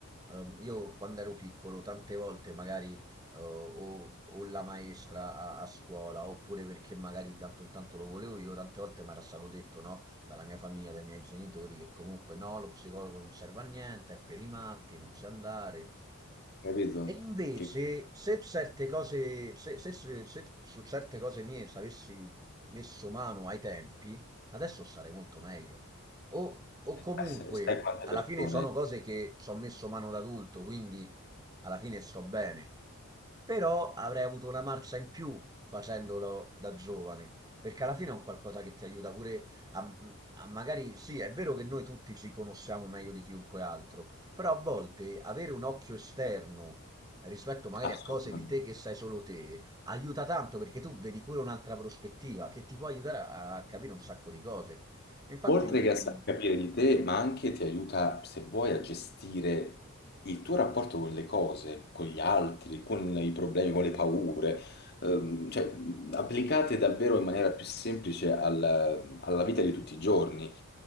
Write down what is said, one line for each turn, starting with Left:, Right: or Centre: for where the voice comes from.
Right: ehm, io quando ero piccolo, tante volte magari eh, o, o la maestra a, a scuola, oppure perché magari tanto intanto lo volevo io, tante volte mi era stato detto, no? dalla mia famiglia, dai miei genitori, che comunque no, lo psicologo non serve a niente, è per i matti, non sa andare,
Left: capito?
Right: e invece,
Left: Che...
Right: se certe cose, se, se- se- se su certe cose mie ci avessi messo mano ai tempi, adesso sarei molto meglio. O, o
Left: eh,
Right: comunque,
Left: Sai quante
Right: alla
Left: persone...
Right: fine sono cose che ci ho messo mano da adulto, quindi alla fine sto bene. Però avrei avuto una marcia in più facendolo da giovane, perché alla fine è un qualcosa che ti aiuta pure a, a magari, sì, è vero che noi tutti ci conosciamo meglio di chiunque altro, però a volte avere un occhio esterno eh, rispetto magari
Left: Assolutamente.
Right: a cose di te che sai solo te, aiuta tanto perché tu vedi pure un'altra prospettiva che ti può aiutare a, a capire un sacco di cose. Infatti,
Left: Oltre che a sa- capire di te, ma anche ti aiuta, se vuoi, a gestire il tuo rapporto con le cose, con gli altri, con i problemi, con le paure, ehm, cioè mh, applicate davvero in maniera più semplice al- alla vita di tutti i giorni.